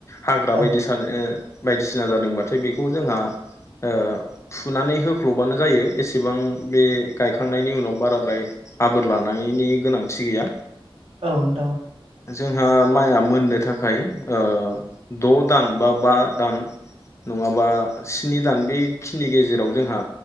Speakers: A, on the left; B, on the right.
A: हाग्रा
B: औ
A: बायदि सानो बायदिसिना जादोंबाथाय बेखौ जोंहा ओ फुनानै होख्ल'बानो जायो एसेबां बे गायखांनायनि उनाव बाराद्राय आबोर लानायनि गोनांथि गैया।
B: औ नोंथां।
A: जोंहा माइआ मोननो थाखाय ओ द' दान बा बा दान नङाबा स्नि दान बेखिनि गेजेराव जोंहा